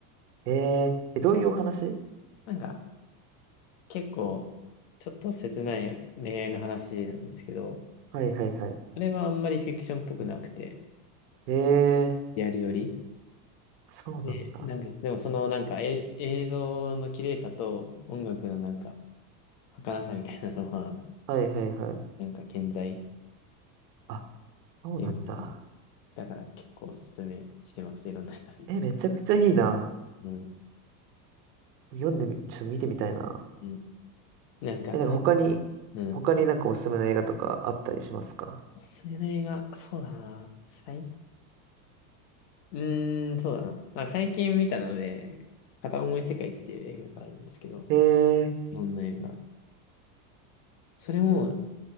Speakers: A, on the right (about 85°); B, on the left (about 55°).
A: えー、え、どういうお話
B: なんか、結構、ちょっと切ない恋愛の話なんですけど、
A: はいはいは
B: あれはあんまりフィクションっぽくなくて、
A: い。えー、
B: リアルより。
A: そうなんだ。
B: で、なんです。でもそのなんか、え、映像の綺麗さと音楽のなんか、儚さみたいなのは、
A: はいはいはい。
B: <laughs> なんか健在っ
A: あ、そうなんだ。
B: ていう感じです。だから結構おすすめしてます、いろんな人に。
A: え、めちゃくちゃいいな。
B: うん。
A: 読んでみ、ちょっと見てみたいな。
B: うん。なんか、
A: え、
B: なん、
A: なんか他に、
B: うん。
A: 他になんかおすすめの映画とかあったりしますか
B: おすすめの映画、そうだな。最、うーん、そうだな。まあ、最近見たので、片思い世界っていう映画があるんですけど、
A: えー
B: 日本の映画。それも、